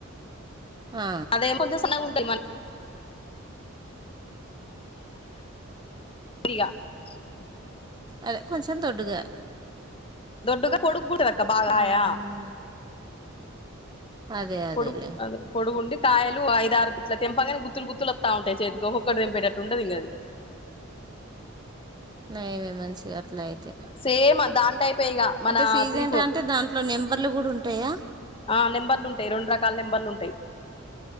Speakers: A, on the right (about 20°); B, on the left (about 25°).
A: ఆ
B: అదేమో కొంచం సన్న ఉంటది మన <unintelligible>
A: అదే కొంచెం దొడ్డుగా
B: దొడ్డుగా పొడుగుంటదక్క బాగ గాయా
A: ఆహా. అదే అదేలే
B: పొడు అదే పొడుగుండి కాయలు ఐద్ ఆరు గిట్లా తెంపగానే గుత్తులు గుత్తులు వస్తా ఉంటాయి చేతికి ఒక్కొక్కటి తెంపేటట్టు ఉండదు ఇంగది <inaudible>
A: నయమే మంచిగా అట్లా అయితే
B: సేమ్ దాని టైపే ఇగ మన
A: అంటే సీజంట్
B: త్రీ ఫోర్
A: అంటే దాంట్లో నెంబర్లు గూడా ఉంటాయా
B: ఆ నెంబర్లు ఉంటాయి రెండు రకాల నెంబర్లు ఉంటాయి